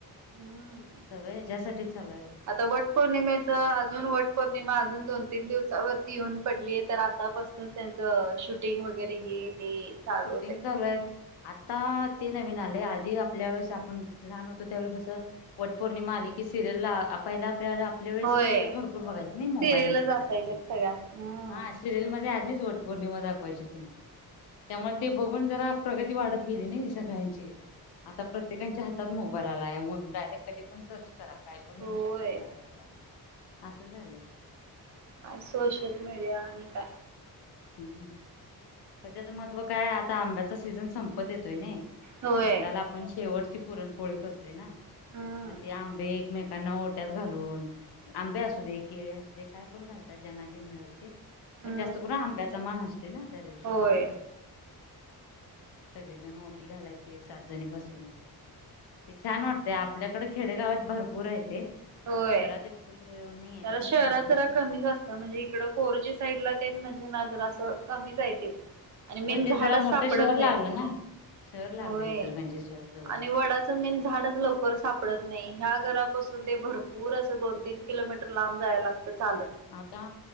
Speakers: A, on the right; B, on the left.
A: हम्म.
B: सगळं हच्यासाठी चालय.
A: आता वट पौर्णिमेच. अजून वट पौर्णिमा अजून दोन तीन दिवसावरती येऊन पडली आहे तर आतापासूनच त्यां शूटिंग वगैरे हे ते. चालू
B: शूटिंग
A: होते
B: चालू आहे आता ते नवीन आले आधी आपल्या वेळेस आपण. लहान होतं त्यावेळी कसं वट पौर्णिमा आली की सिरियल ला पहिला आपल्याला आपल्या वेळेस
A: होय
B: सिरियल भरपूर बघायचं ना
A: सिरियलच
B: मोबाईल नसायचं
A: असायच्यात
B: त्यामुळं.
A: सगळ्या हम्म
B: हा सिरियल मध्ये आधीच वट पौर्णिमा दाखवायची तिने त्यामुळे ते बघून जरा प्रगती वाढत गेली नाही सगळ्यांची आता प्रत्येकांच्या हातात मोबाईल आला आहे मग डायरेक्ट कधी पण सर्च करा. काय पण
A: होय
B: येऊ शकते मोबाईल ला असं झाले.
A: काय सोशल मीडिया आणि काय
B: हम् तर त्याचं महत्त्व काय आता आंब्याचा सीझन संपत येतोय नी.
A: होय
B: बेंदराला आपण शेवटची पुरणपोळी करतोय ना
A: हम्म
B: मग ते आंबे. एकमेकांना ओट्यात घालून. आंबे असू दे केळी असू दे काय पण घालतात ज्यांना जे मिळेल ते. पण
A: हम्म
B: जास्त करून आंब्याचा मान असतोय ना त्या दिवशी
A: होय
B: ओटी. सगळेजण ओटी घालायचे सात जणी बसून. ते छान वाटते आपल्याकडे खेडेगावात भरपूर आहे ते
A: होय
B: शहरात इथ नाही आहे
A: जरा
B: पण
A: शहरात
B: खेडेगाड
A: जरा
B: भरपूर.
A: कमीच असतं म्हणजे इकडं कोरोची साईडला तेन म्हणजे ना जरा असं कमीच आहे ते. आणि मेन
B: होय ते
A: झाड
B: जरा मोठं
A: सापडत
B: शहर
A: नाहीत
B: लागलं ना. शहर लागलं
A: होय
B: इचलकरंजी शहर जवळ.
A: आणि वडा मेन झाडच लवकर सापडत नाही ह्या घरा बस. ते भरपूर असं दोन तीन किलोमीटर लांब जायला लागतं चालत.
B: आता